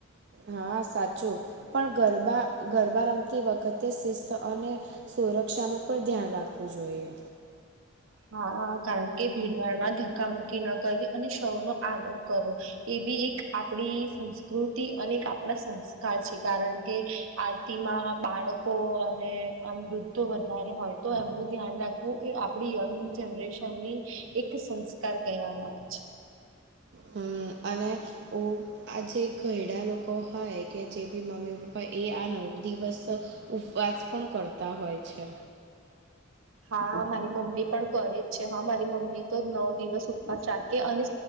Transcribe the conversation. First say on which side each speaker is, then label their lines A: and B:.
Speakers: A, on the right; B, on the right.
A: હા સાચું પણ ગરબા ગરબા રમતી વખત શિસ્ત અને સુરક્ષાનું પણ ધ્યાન રાખવું જોઈએ
B: હા કારણ કે ભીડભાડમાં ધક્કા મુુકી ન કરી અને સૌનો આદર કરવો એ બી એક આપણી સંસ્કૃતિ અને એક આપણા સંસ્કાર છે કારણ કે આરતી માં બાળકો અને અમૃતો વધારે હોય તો એમનું ધ્યાન રાખ હું એ આપડી યંગ જનરેશનની એક સંસ્કાર કહેવામાં આવે છે
A: હમ અને હું આજે ઘયડા લોકો હોય કે જે બી મમ્મી પપ્પા હ એ આ નવ દિવસ ઉપવાસ પણ કરતા હોય છે
B: હા મારી મમ્મી પણ કરે જ છે હા મારી મમ્મી તો નવ દિવસ ઉપવાસ રાકે અને